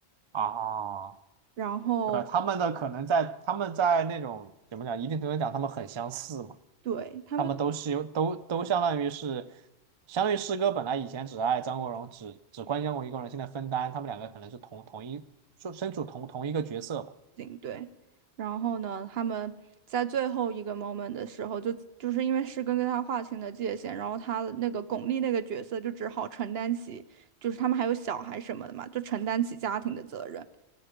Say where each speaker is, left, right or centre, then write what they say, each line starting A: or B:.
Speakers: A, on the right (about 40°); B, on the right (about 70°).
A: 啊，
B: 然后，
A: 对，他们的可能在他们在那种怎么讲，一定程度讲他们很相似嘛，
B: 对，他们
A: 他们都是有都都相当于是，相当于师哥本来以前只爱张国荣，只只关心过一个人，现在分担，他们两个可能是同同一说身处同同一个角色吧。
B: 行，对，然后呢，他们在最后一个 moment 的时候就，就是因为师根跟他划清了界限，然后他那个巩俐那个角色就只好承担起，就是他们还有小孩什么的嘛，就承担起家庭的责任。